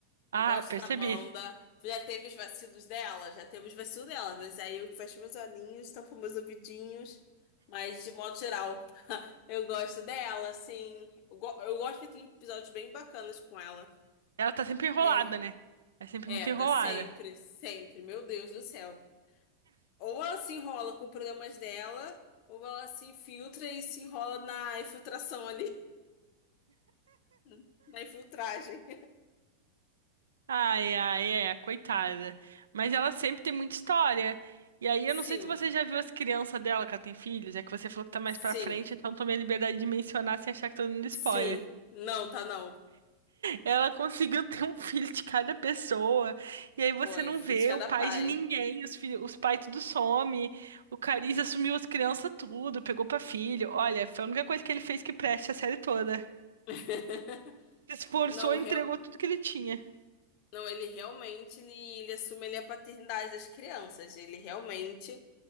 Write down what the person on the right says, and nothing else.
Ah,
percebi.
Ela tá sempre enrolada,
né? É sempre
muito enrolada.
Ai, ai, é, coitada. Mas ela sempre tem muita história. E aí,
eu não sei se você já viu as crianças dela, que ela tem filhos, é que você falou que tá mais
pra frente, então tomei a liberdade de mencionar sem achar que tô dando spoiler.
Ela conseguiu <laughs> ter um filho de cada pessoa, e aí você
não
vê o
pai
de ninguém, os filhos, os pais tudo some, o Cariz assumiu as crianças tudo, pegou pra filho. Olha, foi a única coisa que ele fez que preste a série toda.
Se esforçou
e entregou
tudo que ele tinha.